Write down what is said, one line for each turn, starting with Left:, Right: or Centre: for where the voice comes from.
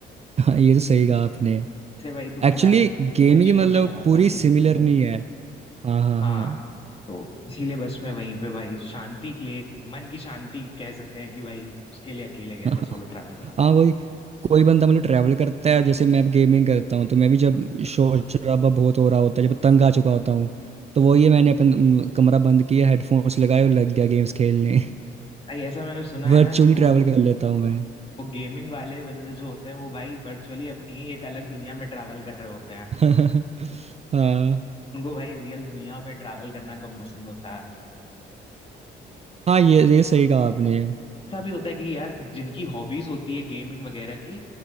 Right: हाँ ये तो सही कहा आपने
Left: जैसे भाई तुमने
Right: एक्चुअली
Left: कहा कि तुम्हें
Right: गेमिंग
Left: शोर
Right: मतलब
Left: शराबा
Right: पूरी
Left: नहीं
Right: सिमिलर
Left: पसंद है
Right: नहीं है हाँ हाँ
Left: हाँ
Right: हाँ
Left: तो इसीलिए बस मैं वहीं पे भाई शांति के लिए एक मन की शांति कह सकते हैं कि भाई उसके लिए अकेले
Right: <laughs>
Left: गया
Right: हाँ
Left: था सोलो ट्रैवल करा था
Right: हाँ, वही कोई बंदा मतलब ट्रैवल करता है जैसे मैं गेमिंग करता हूँ तो मैं भी जब शोर शराबा बहुत हो रहा होता है जब तंग आ चुका होता हूँ तो वो ये मैंने अपन म, कमरा बंद किया हेडफोन्स लगाए और लग गया गेम्स खेलने
Left: भाई ऐसा मैंने
Right: <laughs>
Left: सुना
Right: वर्चुअली
Left: है ना कि वो
Right: ट्रैवल कर लेता हूँ मैं
Left: वो गेमिंग वाले बंदे जो होते हैं वो भाई वर्चुअली अपनी ही एक अलग दुनिया में ट्रैवल कर रहे होते हैं
Right: <laughs> हाँ
Left: उनको भाई रियल दुनिया में ट्रैवल करना कम पसंद होता है
Right: हाँ ये ये सही कहा आपने हम्म
Left: ऐसा भी होता है कि यार जिनकी हॉबीज होती है गेमिंग वगैरह की